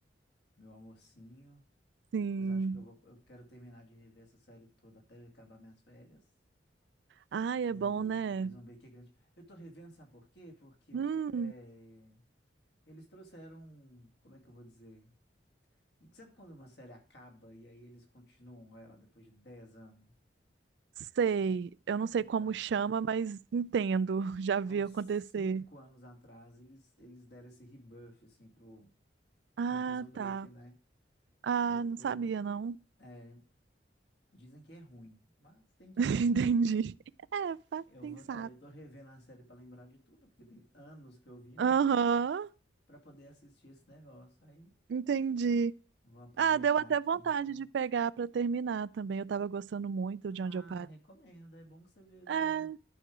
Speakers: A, on the left; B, on the right.
A: meu almocinho.
B: sim.
A: Mas eu acho que eu vou, eu quero terminar de rever essa série toda até acabar minhas férias.
B: Ai,
A: E
B: é bom, né?
A: Prison Break é grande. Eu tô revendo, sabe por quê? Porque
B: Hum,
A: é, eles trouxeram, um, como é que eu vou dizer? E Sabe quando uma série acaba e aí eles continuam ela depois de 10 anos?
B: sei. Eu não sei
A: Então,
B: como chama, mas entendo. <laughs> Já vi
A: há uns
B: acontecer.
A: 5 anos atrás, eles, eles deram esse rebuff, assim, pro,
B: Ah,
A: pro Prison Break,
B: tá.
A: né?
B: Ah,
A: Aí eu
B: não
A: tô
B: sabia, não.
A: é, Dizem que é ruim, mas tem que
B: <laughs>
A: ver,
B: Entendi.
A: né?
B: É, faz
A: Eu
B: pensar.
A: vou, aí eu tô revendo a série pra lembrar de tudo, porque tem anos que eu vi,
B: Aham,
A: né? Pra poder assistir esse negócio. Aí
B: entendi.
A: vou aproveitar
B: Ah, deu até
A: aqui.
B: vontade
A: e Vou...
B: de pegar pra terminar também. Eu tava gostando muito
A: Ah,
B: de onde eu parei.
A: recomendo. É bom que você vê lá
B: É,
A: o,